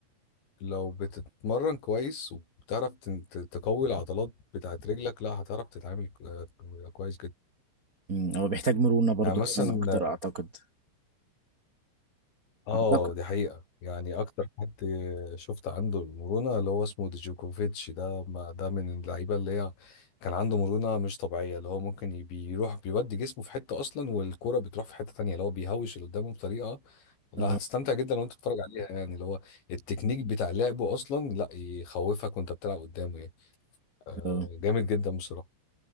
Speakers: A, on the left (about 65°); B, on the right (about 30°).
A: لو بتتمرن كويس وبتعرف تن- ت- تقوي العضلات بتاعت رجلك لا هتعرف تتعامل ك- كويس جدا
B: مم، هو بيحتاج مرونة برضو
A: يعني مثلا
B: كمان بس- اكتر اعتقد
A: اه
B: اه اعتقد
A: دي حقيقة يعني اكتر حد شفت عنده المرونة اللي هو اسمه ديجوكوفيتش ده ما ده من اللعيبة اللي هي كان عنده مرونة مش طبيعية اللي هو ممكن ي- بيروح بيودي جسمه في حتة اصلا والكرة بتروح في حتة تانية اللي هو بيهوش اللي قدامه بطريقة لا
B: اه
A: هتستمتع جدا وانت بتتفرج عليها يعني اللي هو التكنيك بتاع لعبه اصلا لا يخوفك وانت بتلعب قدامه يعني آه،
B: اه
A: جامد جدا بصراحه